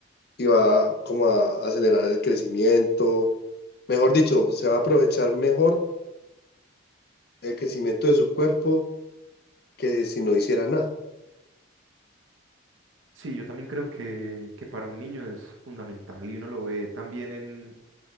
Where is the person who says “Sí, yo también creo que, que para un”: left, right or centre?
Right